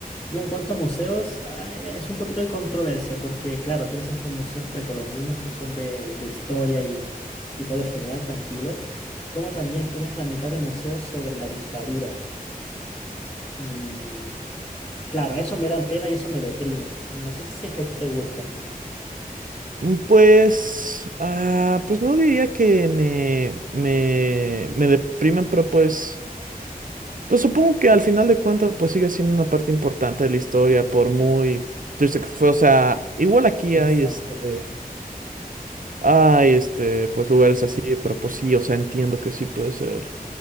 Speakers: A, on the left; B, on the right.
A: Y en cuanto a museos, ah, es un poquito de controversia, porque claro, tienes estos museos precolombinos que son de, de historia y, y todo genial, tranquilo. Como también tienes la mitad de museos sobre la dictadura. Y claro, eso me dan pena y eso me deprimen. No sé si es que a ti te gustan.
B: Mm, Pues, ah, pues no diría que me, me, me deprimen, pero pues, pues supongo que al final de cuentas, pues sigue siendo una parte importante de la historia, por muy triste que fue. O sea, igual aquí
A: Exacto.
B: hay este, hay este, pues lugares así, pero pues sí, o sea, entiendo que sí puede ser